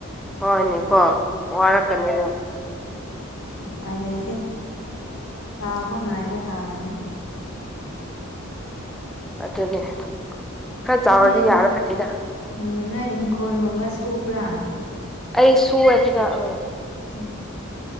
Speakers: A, in the centre; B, on the left.
A: ꯍꯣꯏꯅꯦꯀꯣ ꯋꯥꯔꯛꯀꯅꯤ
B: ꯄꯥꯏ ꯂꯩꯇꯦ ꯆꯥꯎꯥꯎꯕ ꯉꯥꯏꯕ ꯇꯥꯕꯅꯦ
A: ꯑꯅꯦ ꯈꯔ
B: ꯅꯣꯏꯗꯤ
A: ꯆꯥꯎꯔꯗꯤ
B: ꯏꯪꯈꯣꯜ
A: ꯌꯥꯔꯕꯅꯤꯗ
B: ꯎꯝ ꯅꯣꯏ ꯏꯪꯈꯣꯜꯒꯨꯝꯕ ꯁꯨꯕ꯭ꯔꯥ
A: ꯑꯩ ꯁꯨꯑꯦ ꯈꯤꯗ ꯎ
B: ꯎꯝ